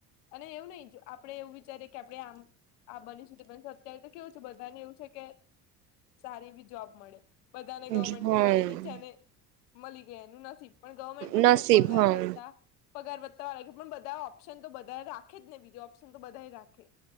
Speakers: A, on the left; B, on the right.
A: અને એવું નહી જો આપડે એવું વિચારીએ કે આપડે આમ. આ બની છું તો બની છું અત્યારે તો કેવું છે કે બધાને એવું છે કે સારી એવી જોબ મળે. બધાને
B: હમ
A: ગવર્મેન્ટ તો મલે ની જેને મલી ગઈ એનું નસીબ પણ ગવર્મેન્ટમાં
B: નસીબ
A: કેવું પગાર
B: હમ
A: હોતા પગાર વધતા વાળા કે મને બધા ઓપ્શન તો બધા રાખે જ ને બીજો ઓપ્શન તો બધાય રાખે.